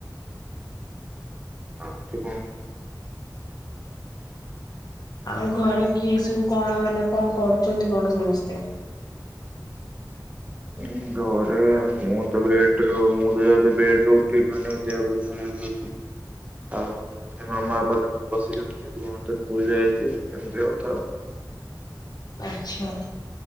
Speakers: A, on the right; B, on the left.
A: ହଁ <unintelligible>
B: ଆଉ ଘରେ କିଏ ସବୁ କଣ ମାନେ କଣ କରୁଛନ୍ତି କଣ ସମସ୍ତେ?
A: ହୁଁ ଘରେ ମୁଁ ତ ବେଡ ରୁ ମୁଁ ତ ଯୋଉ ବେଡରୁ ଉଠି ପାରୁନି, ମୋ ଦେହ ବହୁତ୍ ଖରପ <unintelligible> ଆଉ ସେପଟେ ମାମା ବାପା ତ ବସିଛନ୍ତି, ଭଉଣୀ ତ ସ୍କୁଲ ଯାଇଛି, ଏମିତି କଥା ଆଉ।
B: ଆଛା,